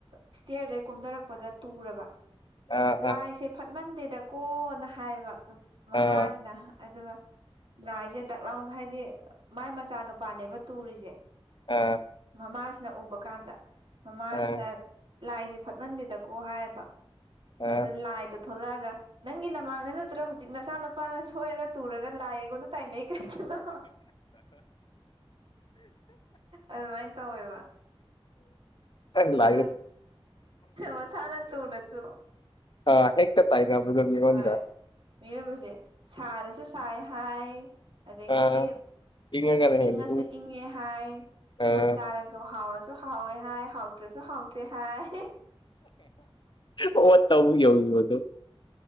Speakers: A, on the right (about 60°); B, on the left (about 55°).
A: ꯏꯁꯇꯤꯌꯔꯗꯩ ꯀꯨꯝꯊꯔꯛꯄꯗ ꯇꯨꯔꯕ
B: ꯑꯥ
A: ꯂꯥꯏꯁꯦ
B: ꯑꯥ
A: ꯐꯠꯃꯟꯗꯦꯗ ꯀꯣꯅ ꯍꯥꯏꯕ ꯃꯃꯥꯁꯤꯅ
B: ꯑꯥ
A: ꯑꯗꯨꯒ ꯂꯥꯏꯁꯦ ꯇꯛꯂꯥꯎꯗ ꯍꯥꯏꯗꯤ ꯃꯥꯏ ꯃꯆꯥꯅꯨꯄꯥꯅꯦꯕ ꯇꯨꯔꯤꯁꯦ
B: ꯑꯥ
A: ꯃꯃꯥꯁꯤꯅ ꯎꯕ ꯀꯥꯟꯗ ꯃꯃꯥꯁꯤꯅ
B: ꯑꯥ
A: ꯂꯥꯏꯁꯦ ꯐꯠꯃꯟꯗꯦꯗꯀꯣ ꯍꯥꯏꯌꯦꯕ
B: ꯑꯥ
A: ꯑꯗꯨꯗ ꯂꯥꯏꯗ ꯊꯣꯛꯂꯛꯑꯒ ꯅꯪꯒꯤ ꯅꯃꯥꯡꯗ ꯅꯠꯇ꯭ꯔꯒ ꯍꯧꯖꯤꯛ ꯅꯆꯥꯥ ꯅꯨꯄꯥꯅ ꯁꯣꯏꯔꯒ ꯇꯨꯔꯒ ꯂꯥꯏꯑꯉꯣꯟꯅ ꯇꯥꯏꯅꯩ ꯀꯅꯣ ꯑꯗꯨꯃꯥꯏꯅ ꯇꯧꯋꯦꯕ
B: ꯑ
A: ꯍꯥꯏꯕꯗꯤ
B: ꯂꯗꯝ
A: ꯃꯁꯥꯅ ꯇꯨꯔꯁꯨ
B: ꯑ ꯍꯦꯒ ꯇ ꯇꯥꯏꯅꯦꯕꯗꯅꯤ ꯋꯥꯟ
A: ꯍꯣꯏ ꯃꯤꯑꯣꯏꯕꯁꯦ ꯁꯥꯔꯁꯨ ꯁꯥꯏ ꯍꯥꯏ ꯑꯗꯒꯤꯗꯤ
B: ꯑꯥ ꯏꯪꯉꯒꯅ ꯍꯦꯟꯅ
A: ꯏꯪꯉꯁꯨ ꯏꯪꯉꯦ ꯍꯥꯏ
B: ꯑꯥ
A: ꯄꯣꯠ ꯆꯥꯔꯁꯨ ꯍꯥꯎꯔꯁꯨ ꯁꯨ ꯍꯥꯎꯋꯦ ꯍꯥꯏ ꯍꯥꯎꯇ꯭ꯔꯁꯨ ꯍꯥꯎꯇꯦ ꯍꯥꯏ
B: ꯑꯣ ꯇ ꯌ ꯌꯗꯨ